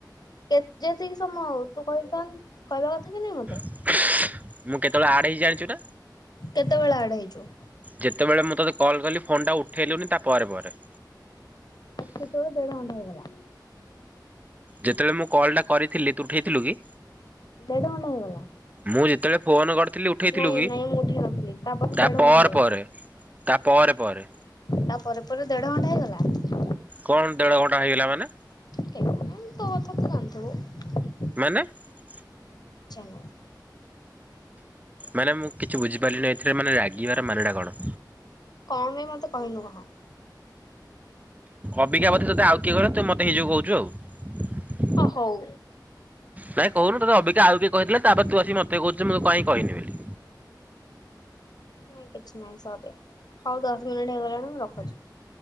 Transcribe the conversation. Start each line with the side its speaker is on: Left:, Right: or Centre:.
Left: କେ ଯେତିକି ସମୟ ହଉ ତୁ କହିଥାନ କହିବା କଥା କି ନାଇଁ ମୋତେ
Right: ଉସ ମୁଁ କେତେବେଳେ ଆଡ଼ ହେଇଚି ଜାଣିଚୁ ନା
Left: କେତେବେଳେ ଆଡ ହେଇଚୁ
Right: ଯେତେବେଳେ ମୁଁ ତୋତେ କଲ୍ କଲି ଫୋନ ଟା ଉଠେଇଲୁନି ତା ପରେ ପରେ
Left: ଆଛେ ତୋର ଦେଢ଼ ଘଣ୍ଟା ହେଇଗଲା।
Right: ଯେତେବେଳେ ମୁଁ କଲ୍ ଟା କରିଥିଲି ତୁ ଉଠେଇଥିଲୁ କି
Left: ଦେଢ଼ ଘଣ୍ଟା ହେଇଗଲା।
Right: ମୁଁ ଯେତେଏଳେ ଫୋନ କରଥିଲି ଉଠେଇଥିଲୁ
Left: ନାଇଁ
Right: କି
Left: ନାଇଁ ମୁଁ ଉଠେଇ ନଥିଲି ତାପରେ
Right: ତା
Left: ଦେଢ
Right: ପରେ
Left: ଘଣ୍ଟା
Right: ପରେ ତା ପ ରେ ପ ରେ
Left: ତା ପରେ ପରେ ଦେଢ ଘଣ୍ଟା ହେଇଗଲା
Right: କଣ ଦେଢ଼ ଘଣ୍ଟା ହେଇଗଲା ମାନେ
Left: କେ ଜାଣି ତୋ କଥା ତୁ ଜନଥିବୁ।
Right: ମାନେ ଥୁ
Left: ନୁହଁ।
Right: ମାନେ ମୁଁ କିଛି ବୁଝିପାରିଲିନି ଏଥିରେ ମାନେ ରାଗିବାର ମାନେ ଟା କଣ?
Left: କଣ <unintelligible>
Right: ଅବିକା ତୋତେ ଆଉ କିଏ କରେ, ତୁ ମୋତେ ନିଜେ କହୁଛୁ ଆଉ।
Left: ହ ହଉ।
Right: ନାଇଁ କହୁନୁ ତତେ ଅବିକା ଆଉ କିଏ କହିଥିଲା, ତାପରେ ତୁ ଆସିକ ମତେ କହୁଛୁଁ କହିନି ବୋଲି।
Left: ନାଇଁ କିଛି ନାହିଁ ସରି, ହୋଉ ଦଶ ମିନିଟ୍ ହେଇଗଲାଣି ମୁଁ ରଖୁଛି।